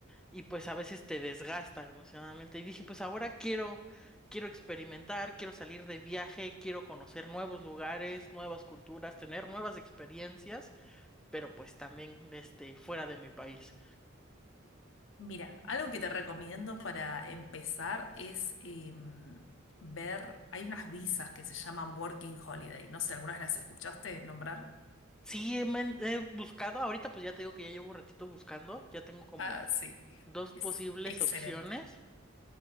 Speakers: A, in the centre; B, on the left.
A: y pues a veces te desgasta emocionalmente. Y dije, pues ahora quiero, quiero experimentar, quiero salir de viaje, quiero conocer nuevos lugares, nuevas culturas, tener nuevas experiencias, pero pues también este, fuera de mi país.
B: Mira, algo que te recomiendo para empezar es em, ver, hay unas visas que se llaman Working Holiday. No sé, ¿alguna vez las escuchaste nombrar?
A: Sí, he, men- he buscado, ahorita pues ya te digo que ya llevo un ratito buscando, ya tengo como
B: Ah, sí,
A: dos
B: es
A: posibles
B: excelente.
A: opciones.